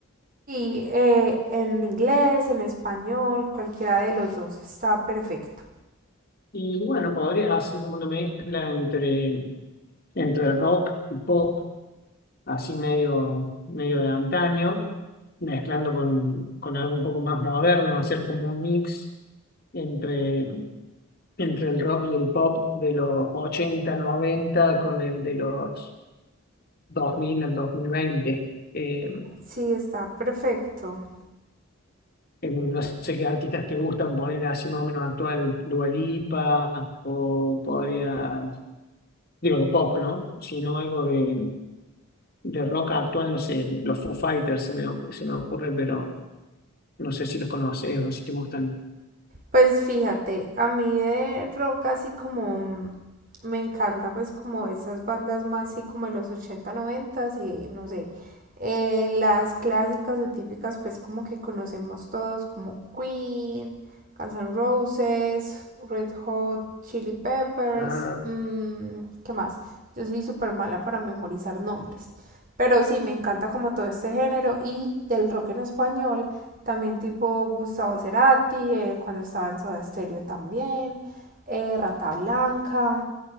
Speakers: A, on the right; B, on the left.
A: Y eh, en inglés, en español, cualquiera de los dos está perfecto.
B: Y bueno, podrías hacer como una mezcla entre, entre rock y pop, así medio, medio de antaño, mezclando con, con algo un poco más moderno, hacer como un mix entre, entre el rock y el pop de los 80 90 con el de los 2000 al 2020. Eh,
A: Sí, está perfecto.
B: en- no sé qué artistas te gustan poner así más o menos actual, Dua Lipa, o podría, digo de pop, ¿no? Sino algo de, de rock actual, no sé, los Foo Fighters se me, ocu- se me ocurre, pero no sé si los conoces o si te gustan.
A: Pues fíjate, a mí de rock así como mm, me encanta pues como estas bandas más así como de los 80 90, eh, no sé, eh, las clásicas o típicas pues como que conocemos todos como Queen, Guns N' Roses, Red Hot, Chili Peppers,
B: Ah,
A: mm, ¿qué más? Yo soy súper mala para memorizar nombres. Pero sí, me encanta como todo este género y del rock en español, también tipo Gustavo Cerati, eh, cuando estaba en Soda Stereo también, eh, Rata Blanca,